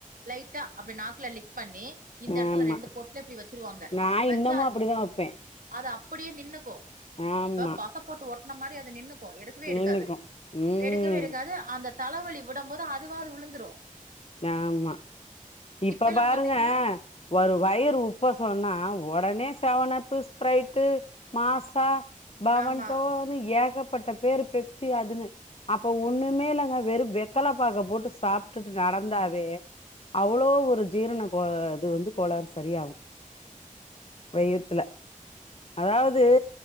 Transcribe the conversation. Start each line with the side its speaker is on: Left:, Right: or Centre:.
Right: லைட்டா அப்டி நாக்குலல் பண்ணி இந்த இடத்துல
Left: ஆமா
Right: ரெண்டு பொட்ல எப்படி வச்சிருவாங்க
Left: நா
Right: வச்ச
Left: இன்னமு அப்படிதா வப்பே
Right: அது அப்புடியே நின்னுக்கும்
Left: ஆமா
Right: இப்ப பச ஒட்ன மாரி அது நிக்கூ எடுக்கவே எடுக்காது
Left: நின்னுக்கு ம்
Right: எடுக்கவே எடுக்காது அந்த தலைவலி விடும் போது அதுவா அது விழுந்துரும்
Left: ஆமா இப்ப
Right: எல்லா
Left: பாருங்க
Right: பாத்தீங்கன்னா
Left: ஒரு வயிறு உப்ப சொன்னா உடனே செவனப்பு ஸ்பிரரைட்டு மாசா பாவன்டோனு
Right: ஆமா
Left: ஏகப் பட்பேரு பெப்சி அதுன்னு அப்ப ஒண்ணுமே இல்லங்க வெறும் வெத்தல பாக்கப் போட்டு சாப்பிட்டு நடந்தாவே அவ்வளோ ஒரு ஜீரண கோ இது வந்து கோளறு சரியாகூ
Right: ம்
Left: வெய்த்துல அதாவது